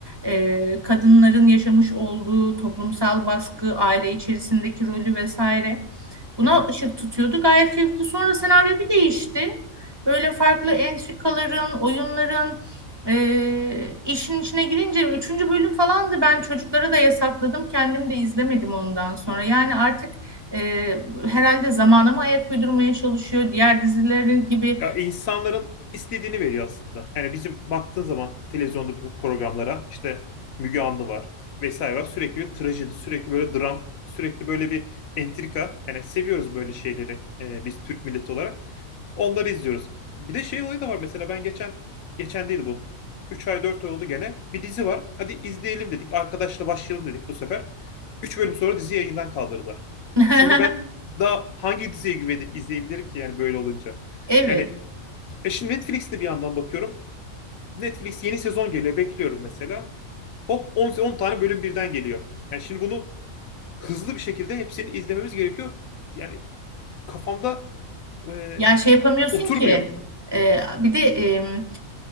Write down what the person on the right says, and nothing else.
E, kadınların yaşamış olduğu toplumsal baskı, aile içerisindeki rolü vesaire. Buna
ışık tutuyordu. Gayet keyifli. Sonra senaryo bir değişti. Böyle farklı entrikaların, oyunların e, işin içine girince üçüncü bölüm falandı. Ben çocuklara da yasakladım. Kendim de izlemedim ondan sonra.
Yani artık e, herhalde zamana mı ayak uydurmaya çalışıyor. Diğer dizileri gibi.
<laughs>
Evet.
Ya şey yapamıyorsun
ki. e, bir de em,